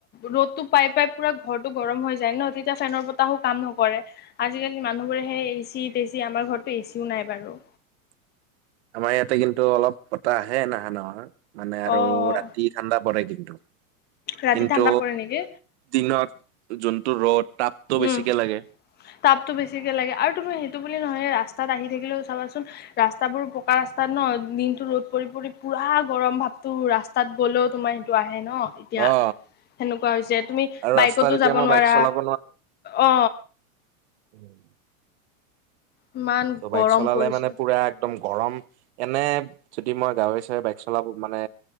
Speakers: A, on the left (about 20°); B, on the right (about 50°).
A: ৰ'দ টো পাই পাই পুৰা ঘৰটো গৰম হৈ যায় ন তেতিয়া ফেনৰ বতাহো কাম নকৰে আজিকালি মানুহবোৰে হেই এচি তেচি আমাৰ ঘৰতো এচিও নাই বাৰু
B: <unintelligible> আমাৰ ইয়াতে কিন্তু অলপ বতাহ আহে নহা নহয় মানে আৰু
A: অ',
B: ৰাতি ঠাণ্ডা পৰে কিন্তু
A: ৰাতি
B: কিন্তু
A: ঠাণ্ডা পৰে নেকি
B: দিনত যোনটো ৰ'দ তাপটো বেছিকে
A: উম
B: লাগে
A: তাপতটো বেছিকে লাগে আৰু তুমি সেইটো বুলি নহয় ৰা ৰাস্টাত আহি থাকিলেও চাবাছোন ৰাস্তাবোৰ পকা ৰাস্তাত ন দিনতো ৰদ পৰি পৰি পুৰা গৰম ভাপতো ৰাস্তাত গ'লেও তোমাৰ সেইটো আহে ন এতিয়া
B: অ
A: সেনেকুৱা হৈছে তুমি
B: আৰু
A: বাইকতো
B: ৰাস্তাত এতিয়া
A: যাব
B: মই
A: নোৱাৰা
B: বাইক চলাব
A: অ
B: উম
A: ইমান
B: ত' বাইক
A: গৰম
B: চলালে
A: পৰিছে
B: মানে পুৰা একদম গৰম এনে যদি মই গাৱে চাৱে বাইক চলাব মানে